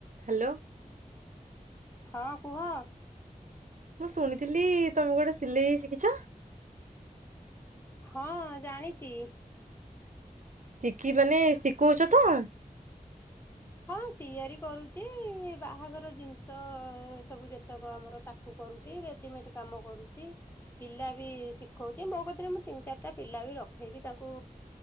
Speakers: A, on the right; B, on the left.
A: Hello.
B: ହଁ କୁହ?
A: ମୁଁ ଶୁଣିଥିଲି ତମକୁ ଗୋଟେ ସିଲେଇ ଶିଖିଛ? <inaudible>
B: ହଁ ଜାଣିଛି।
A: ଶିଖି ମାନେ ଶିଖଉଛ ତ?
B: ହଁ ତିଆରି କରୁଛି ବାହାଘର ଜିନିଷ ସବୁ ଯେତେକ ଆମର ତାକୁ କରୁଛି ରେଡିମେଡ କାମ କରୁଛି ପିଲା ବି ଶିଖଉଛି। ସେ ମୋ କତିରେ ମୁଁ ତିନ ଚାରିଟା ପିଲା ବି ରଖେଇକି ତାଙ୍କୁ